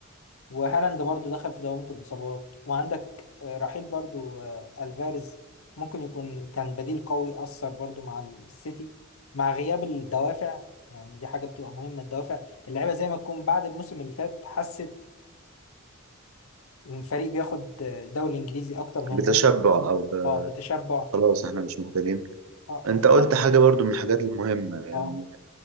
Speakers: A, on the left; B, on the right.
A: وهالاند برضو دخل في دوامة الإصابات وعندك آه، رحيل برضو آه، ألفاريز ممكن يكون كان بديل قوي أثر برضو مع السيتي مع غياب الدوافع يعني دي حاجة بتبقى مهمة الدوافع اللعيبة زي ما تكون بعد الموسم اللي فات حست بفريق بياخد آه، الدوري الإنجليزي أكتر من
B: بتشبع
A: موسم
B: او ب...
A: اه بتشبع
B: خلاص احنا مش محتاجين
A: اه
B: انت
A: اه
B: قلت حاجه برضو من الحاجات المهمه يعني
A: آه،